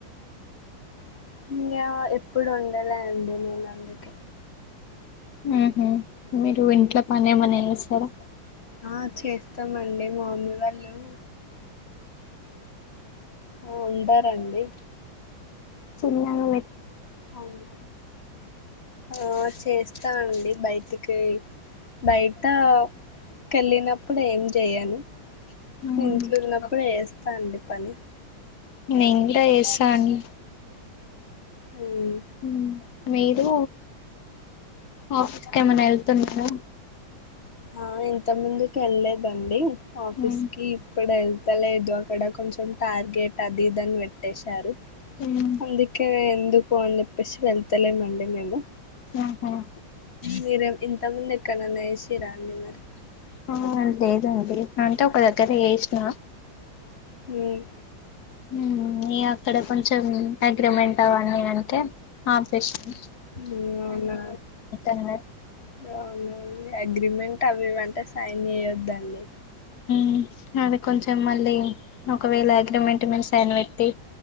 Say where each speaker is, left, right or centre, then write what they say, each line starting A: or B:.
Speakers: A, on the left; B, on the left.
A: <unintelligible> ఎప్పుడు ఓండలే అండి నేను అందుకే.
B: ఉమ్మ్ హు, మీరు ఇంట్లో పనేమన్న చేస్తారా.
A: ఆ చేస్తామండి, మా మామ్మీ వాళ్ళు ఆ ఉండరండి.
B: చిన్ననగా వే
A: అవును ఆ చేస్తానండి బయటికిపోయి, బయట కెళ్ళినప్పుడు ఏం జేయను,
B: ఉహు,
A: ఇంట్లున్నప్పుడు ఏస్తా అండి. పని
B: నేన్ గూడ ఏస్తాను.
A: ఉమ్
B: ఉమ్, మీరు, ఆఫీస్ కేమన్న ఎళ్తున్నారా.
A: ఆ ఇంత ముందుకేళ్ళేదండి. ఆఫీస్
B: ఉమ్
A: కి ఇప్పుడు ఎళ్తలేదు, అక్కడ కొంచెం టార్గెట్ అది, ఇదని పెట్టేశారు.
B: ఉమ్,
A: అందుకే ఎందుకు అని జెప్పేసి వెళ్తలేమండి మేము.
B: ఆహా
A: మీరే ఇంతక్ ముందు ఎక్కడనన్న చేసిన్ర అండి మరి.
B: ఆ లేదండి, అంటే ఒక దగ్గర చేసిన.
A: ఉమ్
B: ఉమ్ ఇగ అక్కడ కొంచెం అగ్రిమెంట్ అవ్వన్నీ అంటే ఆఫ్ జేసినా.
A: ఉమ్ అవునా,
B: అన్నారు
A: ఉమ్ అవునండి ఐ అగ్రిమెంట్ అవ్వివ్వఅంటే సైన్ చెయొద్దండి.
B: ఉమ్ అదే కొంచెం మళ్ళీ, ఒకవేళ అగ్రిమెంట్ మీద సైన్ వెట్టి